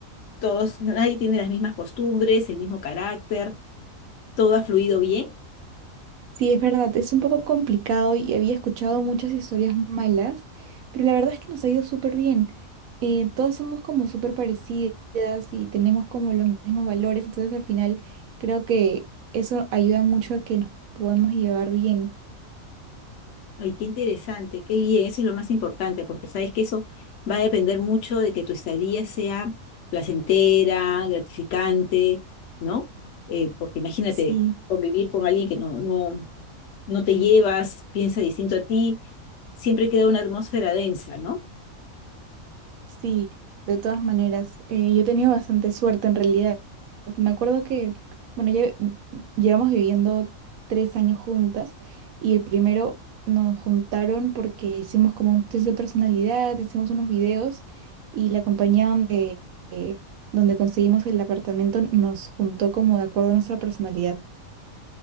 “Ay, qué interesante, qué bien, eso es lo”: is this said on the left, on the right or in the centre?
Left